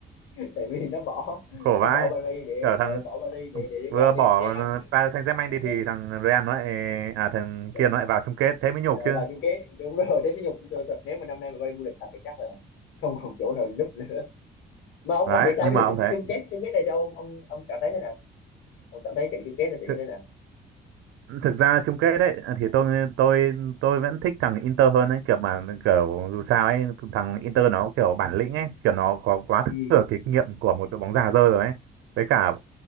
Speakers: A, on the left; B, on the right.
A: <laughs> tại vì nó bỏ
B: <laughs> khổ
A: nó
B: vãi
A: bỏ Paris để
B: kiểu
A: ờ,
B: thằng
A: bỏ Paris để để đi
B: vừa
A: qua
B: bỏ
A: bên Real
B: ờ, Paris Saint-Germain
A: ờ,
B: đi thì thằng Real nó lại à thằng
A: lại,
B: kia nó lại vào chung kết thế mới nhục
A: lại
B: chứ
A: vào chung kết đúng rồi thế mới nhục tôi thật nếu mà năm nay mà Paris vô địch thật thì chắc là không còn chỗ nào núp nữa mà ông
B: đấy
A: ông nghĩ sao
B: nhưng
A: bây
B: mà
A: giờ
B: ông
A: chung
B: thấy
A: chung kết chung kết này cho ông ông ông cảm thấy thế nào ông cảm thấy trận chung kết này sẽ
B: thực,
A: như thế nào
B: thực ra chung kết đấy thì tôi tôi tôi vẫn thích thằng Inter hơn ấy kiểu mà kiểu dù sao ấy thằng Inter nó kiểu bản lĩnh ấy kiểu nó có quá
A: Ừ.
B: thừa kinh nghiệm của một đội bóng già dơ rồi ấy với cả